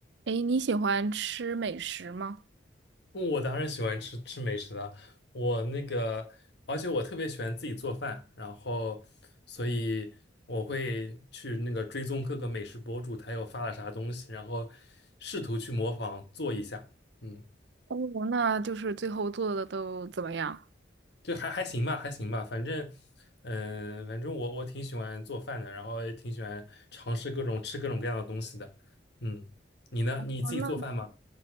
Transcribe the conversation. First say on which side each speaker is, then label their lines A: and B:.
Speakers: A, on the right; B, on the left.
A: 哎，你喜欢吃美食吗？
B: 我当然喜欢吃吃美食了，我那个，而且我特别喜欢自己做饭，然后，所以我会去那个追踪各个美食博主，他又发了啥东西，然后试图去模仿做一下，嗯，
A: 哦，那就是最后做的都怎么样？
B: 就还还行吧，还行吧，反正，嗯、反正我我挺喜欢做饭的，然后也挺喜欢尝试各种吃各种各样的东西的，嗯，你呢？
A: 哦，
B: 你自己做饭吗？
A: 那